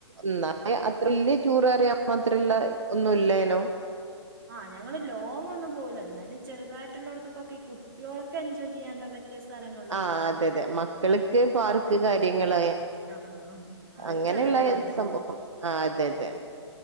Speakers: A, on the right; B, on the right.
A: എന്ന അത്രല് ടൂറ് അറിയാൻ അത്രല്ല ഒന്നുംല്ലേനോ
B: ആഹ് ഞങ്ങള് ലോങ് ഒന്നും പോല്ല എന്നാലും ചെറുതായിട്ടുള്ള ഇടത്തക്കൊക്കെ ഈ കുട്ടിയൊൾക്ക് എൻജോയ് ചെയ്യാണ്ട പറ്റ് മറ്റേ സ്ഥലങ്ങളിലക്കെങ്ങനെ
A: ആഹ് അതെ
B: പോകും
A: അതെ മക്കൾക്ക് പാർക്ക് കാര്യങ്ങള
B: ആഹ് അവർക്ക്
A: അങ്ങനെള്ള
B: അതല്ലേ വേണ്ടത്
A: സംഭവം ആഹ് അതെ അതെ